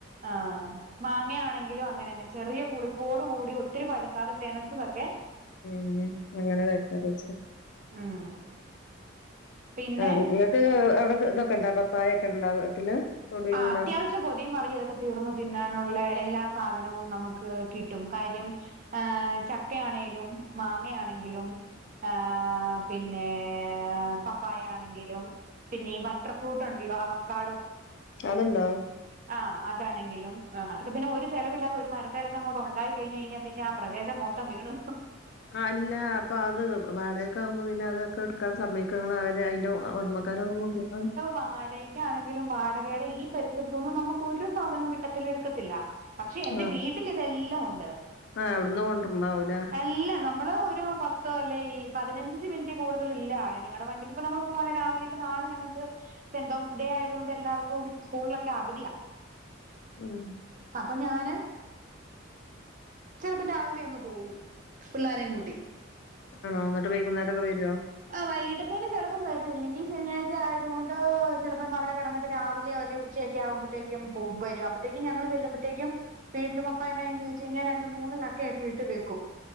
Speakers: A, on the right; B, on the left.
A: അഹ് മാങ്ങയാണെങ്കിലും അങ്ങനെന്നെ ചെറിയ പുളിപ്പോട് കൂടി ഒത്തിരി പഴുക്കാതെ ചേനച്ചതൊക്കെ
B: ഉം അങ്ങനെ വെക്കാന്നവെച്ചാ
A: ഉം പിന്നെ
B: അഹ് നിങ്ങക്ക് അവിടെ ഇതൊക്കെ ഇണ്ടാ പപ്പായൊക്കെ ഇണ്ടാ വീട്ടില് തൊടിയിലുണ്ടാ
A: ആ അത്യാ ജ് കൊതിയും മറിയതൊക്കെ തീർന്ന തിന്നാനുള്ള എല്ലാ സാധനവും നമുക്ക് കിട്ടും കാര്യം ആഹ് ചക്കയാണെങ്കിലും മാങ്ങയാണെങ്കിലും ആഹ് പിന്നെ പപ്പായ ആണെങ്കിലും പിന്നെ ഈ ബട്ടർ ഫ്രൂട്ട് ഉണ്ടല്ലോ അവക്കാടോ
B: അതുണ്ടോ
A: ആഹ് ആതണെങ്കിലും അതോക്കെ പിന്നെ ഒരു ചെലവില്ലാതെ ഒരു മാരത്തെലോക്കെ അങ്ങൊട് ഒണ്ടായി കഴിഞ്ഞ് കഴിഞ്ഞാൽ പിന്നെ ആ പ്രദേശം മൊ ഇപ്പ വീണു
B: അല്ല അപ്പൊ അത് വാടകക്കാകുമ്പോ പിന്നെ അതൊക്കെ എടുക്കാൻ സമയ്കോ അവര് അയിന്റെ ഓ ഓടമക്കാരൊ ഒന്നും കൊണ്ടയ്കാൻ
A: വാടകയ്ക് ആണെങ്കിലും വാടകയുടെ ഈ പരിസരത്തൊന്നും നമുക്ക് ഒരു സാധനവും കിട്ടത്തില്ല എടുക്കത്തില്ല പക്ഷെ എന്റെ
B: ആ
A: വീട്ടിൽ ഇതെല്ലാം ഒണ്ട്
B: ആ, അവിടുന്ന് കൊണ്ടുണ്ടാവൂല
A: അല്ല ന മ്മള് ഒരു പത്തു അല്ലോയി ഈ പതിനഞ്ച് മിനിറ്റ് കൂടുതൽ ഇല്ല ഞങ്ങളടെ വണ്ടിക്കിപ്പോ നമ്മൾ പോവാണെ രാവിലെ ഇപ്പ നാളെ ഞങ്ങൾക്ക് സെന്റ് തോമസ് ഡേ ആയതു കൊണ്ട് എല്ലാവർക്കും സ്കൂളിലൊക്കെ അവധിയാ
B: ഉം
A: അപ്പൊ ഞാന് ചിലപ്പം രാവിലെ അങ്ങ് പോകും പിള്ളാരേ കൂട്ടി
B: ആണോ എന്നിട്ട് വൈകുന്നേരക്കെ വരുവോ
A: ആ വൈകിട്ടൊക്കെയാണ് ചെലപ്പോ പ്പം വരു ഇല്ലെങ്കി ശനിയാഴ്ച ആയതുകൊണ്ട് ചെലപ്പം അവിടെ കെടന്നിട്ട് രാവിലെയോ അല്ലെ ഉച്ചയൊക്കെ ആക്ബോ ത്തെക്കും പോ വരും അപ്പഴത്തേക്കും ഞങ്ങൾ ചെല്ലുമ്പഴത്തേക്കും വീട്ടില് പപ്പായെന്നാ ചെയ്യുന്ന് വെച്ച് കഴിഞ്ഞാ രണ്ട് മൂന്ന് ചക്കൊക്കെ ഇട്ട് വെക്കും